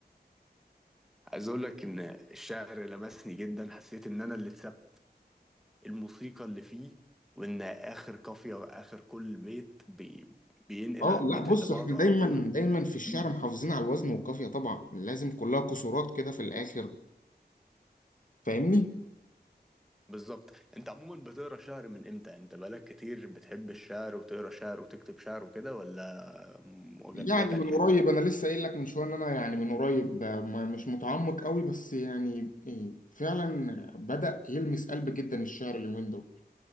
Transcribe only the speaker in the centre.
عايز أقول لك إن الشعر لمسني جدا حسيت إن أنا اللي اتثبت الموسيقى اللي فيه وان اخر قافيه واخر كل بيت بي بينقل
على البيت
اللي بعده
على طول
مم.
بالظبط انت عموما بتقرا شعر من امتى انت بقالك كتير بتحب الشعر وتقرا شعر وتكتب شعر وكده ولا مجددا
يعني